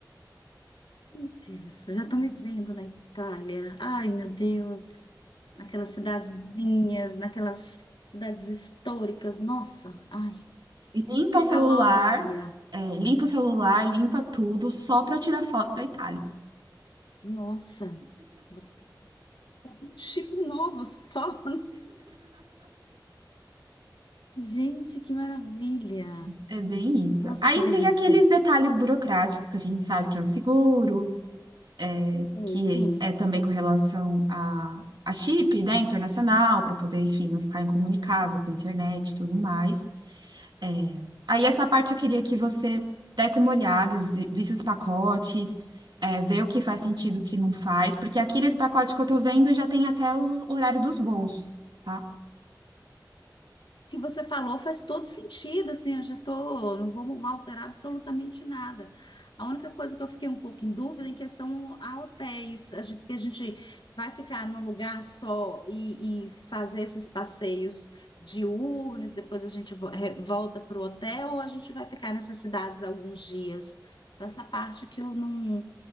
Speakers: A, on the left; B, on the right.
A: Meu Deus, eu já estou me vendo na Itália. Ai, meu Deus, naquelas cidadezinhas, naquelas cidades históricas. Nossa, ai,
B: Limpa
A: chega
B: o celular,
A: logo o dia.
B: é, limpa o celular, limpa tudo, só pra tirar foto da Itália.
A: Nossa, vou comprar um chip novo só. Gente, que maravilha.
B: É bem isso.
A: Nossa,
B: Aí
A: que delícia.
B: tem aqueles detalhes burocráticos que a gente sabe que é o seguro, é,
A: Sim,
B: que
A: sim.
B: é também com relação a, a chip, né, internacional, para poder, enfim, não ficar incomunicável com a internet e tudo mais. É, Aí essa parte eu queria que você desse uma olhada, vi- visse os pacotes, é, ver o que faz sentido, o que não faz, porque aqui nesse pacote que eu tô vendo já tem até o horário dos voos. tá?
A: que você falou faz todo sentido, assim, eu já tô, não vou alterar absolutamente nada. A única coisa que eu fiquei um pouco em dúvida é em questão a hotéis, a gente- porque a gente vai ficar num lugar só e, e fazer esses passeios diurnos, depois a gente vo- re- volta para o hotel ou a gente vai ficar nessas cidades alguns dias. Só essa parte que eu não,